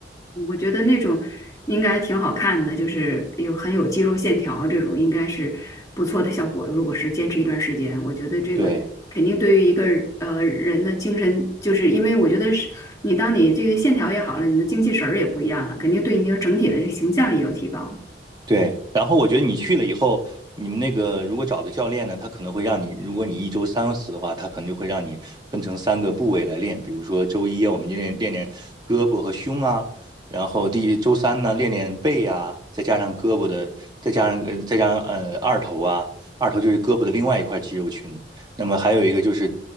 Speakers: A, on the left; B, on the right.
A: 我觉得那种应该挺好看的，就是有很有肌肉线条这种，应该是不错的效果。如果是坚持一段时间，我觉得这个肯定对于一个呃人的精神，
B: 对。
A: 就是因为我觉得是你当你这个线条也好了，你的精气神儿也不一样了，肯定对你这个整体的这形象也有提高。
B: 对，然后我觉得你去了以后，你们那个如果找的教练呢，他可能会让你，如果你一周三次的话，他可能就会让你分成三个部位来练，比如说周一啊我们就练练练胳膊和胸啊，然后第一，周三呢练练背啊，再加上胳膊的，再加上呃再加上呃二头啊，二头就是胳膊的另外一块肌肉群，那么还有一个就是